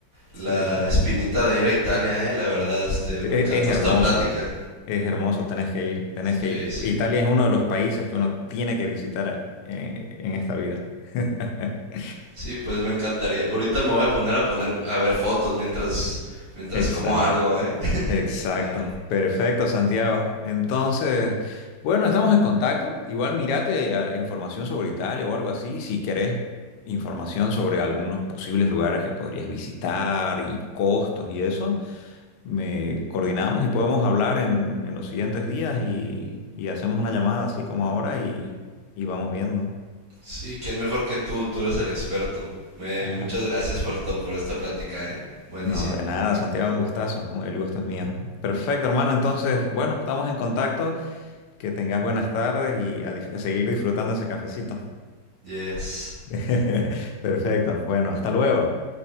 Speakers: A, on the right (about 45°); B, on the left (about 90°).
A: la
B: Sí, sí,
A: espinita
B: sí.
A: de ir a Italia, eh, la verdad, este,
B: Sí,
A: me
B: E-
A: encantó
B: Es hermoso,
A: esta plática.
B: es hermoso, tenés que ir, tenés
A: Sí,
B: que ir.
A: sí.
B: Italia es uno de los países que uno tiene que visitar eh, en esta vida. <laughs>
A: Sí, pues me encantaría. Ahorita me voy a poner a poner a ver fotos mientras mientras
B: Exacto,
A: como algo, ¿eh? <laughs>
B: exacto.
A: La verdad.
B: Perfecto, Santiago. Entonces, bueno, estamos en contacto. Igual mirate eh, información sobre Italia o algo así, si querés información sobre algunos posibles lugares que podrías visitar y costos y eso. me coordinamos y podemos hablar en, en los siguientes días y, y hacemos una llamada así como ahora y, y vamos viendo.
A: Sí, quién mejor que tú, tú eres el experto. Me-
B: Ajá.
A: muchas gracias, Fuerto, por esta plática, ¿eh? Buenísima.
B: No, de nada, Santiago, un gustazo. El gusto es mío. Perfecto, hermano. Entonces, bueno, estamos en contacto. Que tengas buenas tardes y a dif- a seguir disfrutando ese cafecito.
A: Yes.
B: <laughs> Perfecto. Bueno, hasta luego.